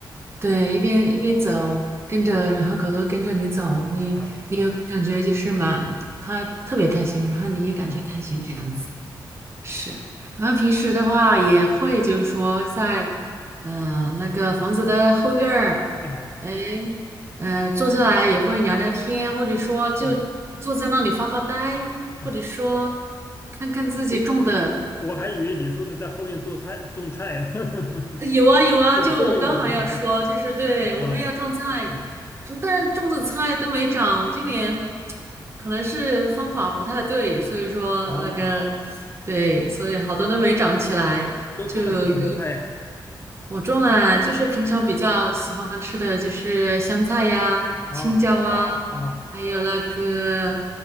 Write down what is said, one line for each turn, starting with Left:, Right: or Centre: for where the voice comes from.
Right: 对，一边一边走，跟着，然后狗狗跟着你走，你你有感觉就是嘛，
Left: 啊啊
Right: 它特别开心，然后你也感觉开心这样子。
Left: 啊
Right: 是，然后平时的话也会，就是说在，嗯、那个房子的后院儿，
Left: 啊
Right: 哎，嗯、坐下来也会聊聊天，或者说就坐在那里发发呆，
Left: 啊啊！
Right: 或者说看看自己种的，
Left: 我我我还以为你说是在后院做菜种菜呢，<laughs>
Right: <laughs> 有啊有啊，
Left: 有真的有啊
Right: 就我刚好要说，就是对，我们要种菜，
Left: 啊嗯
Right: 种但是种的菜都没长，今年可能是方法不太对，所以说那个，
Left: 啊！
Right: 对，所以好多都没长起来。
Left: 都种了些什么菜呀、
Right: 就有我种了，就是平常比较喜欢吃的就是香菜呀、
Left: 啊？
Right: 青椒啊，
Left: 啊啊
Right: 还有那个